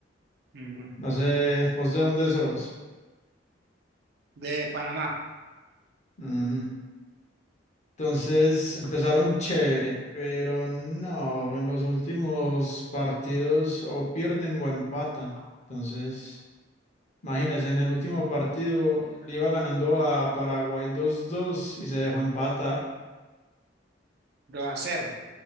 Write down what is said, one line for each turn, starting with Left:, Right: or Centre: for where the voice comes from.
Right: Ujú.
Left: No sé, ¿vos de dónde sos?
Right: De Panamá,
Left: Mm, Entonces empezaron chévere, pero no, en los últimos partidos o pierden o empatan. Entonces, imagínense, en el último partido le iba ganando a Paraguay 2-2 y se dejó empatar.
Right: 2 a cero